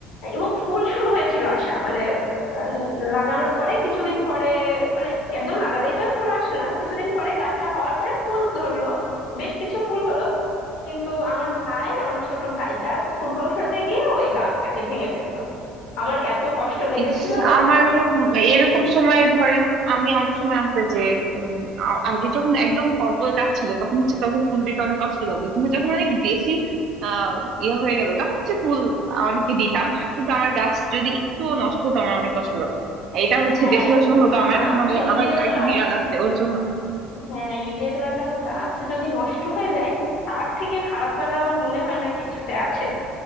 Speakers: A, on the left (about 80°); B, on the right (about 60°).
A: এবং ফুল শুরু হয়েছিল আসা মানে আহ, লাগানোর পরে কিছুদিন পরে মানে একদম লাগালেই তো আর ফুল আসে না কিছুদিন পরে গাছটা হওয়ার পরে ফুল ধরলো বেশ কিছু ফুল হলো কিন্তু আমার ভাই আমার ছোট ভাইটা ফুটবল খেলতে গিয়ে ওই গাছটাকে ভেঙে ফেললো আমার এত কষ্ট লেগেছিল
B: ইস আমারও এরকম সময়ে ধরেন আমি অনেক সময় আসতে যে উম, আ- আগে যখন একদম অল্প গাছ ছিল তখন হচ্ছে তবে ফুল দিতে অনেক কষ্ট লাগতো কিন্তু যখন অনেক বেশি আহ ইয়ে হয়ে গেল তখন হচ্ছে ফুল অনেককে দিতাম কিন্তু আমার গাছ যদি একটু নষ্ট হতো আমার অনেক কষ্ট লাগতো এটা হচ্ছে
A: হ্যাঁ
B: বেশিরভাগ
A: পু-
B: সময় হতো
A: গাছ
B: আমার এখন আমি-
A: নিজের
B: আমার একটা
A: লা-
B: বিড়াল আছে ওর জন্য
A: হ্যাঁ নিজের লাগানো গাছ যদি নষ্ট হয়ে যায় তার থেকে খারাপ লাগা আমার মনে হয় না কিছুতে আছে